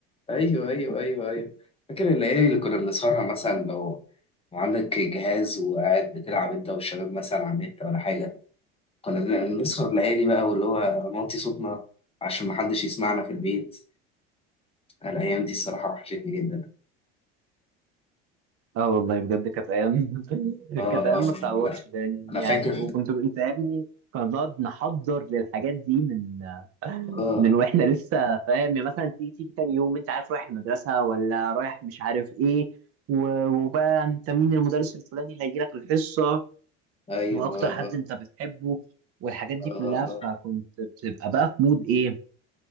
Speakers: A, on the left; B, on the right.
A: ايوه ايوه ايوه ايوه فاكر الليالي اللي كنا بنسهرها مثلا لو لو عندك جهاز وقاعد بتلعب انت والشباب مثلا على النت ولا حاجه كنا بن- بنسهر ليالي بقى واللي هو نوطي صوتنا عشان محدش يسمعنا في البيت الأيام دي الصراحة وحشتني جدا
B: اه والله بجد كانت ايام <laughs>
A: آه
B: كانت ايام
A: آه آه،
B: ما بتعوضش
A: لا
B: لان
A: أنا
B: يعني
A: فاكر
B: وكنت انت يا ابني كنا بنقعد نحضر للحاجات دي من
A: آه
B: من واحنا لسه فاهم يعني مثلا تيجي تيجي تاني يوم انت عارف رايح المدرسه ولا رايح مش عارف ايه و- وبقى انت مين المدرس الفلاني اللي هيجي لك الحصه
A: أيوه
B: واكتر
A: آه
B: حد
A: آه
B: انت بتحبه والحاجات دي
A: آه
B: كلها فكنت
A: آه،
B: بتبقى بقى في مود ايه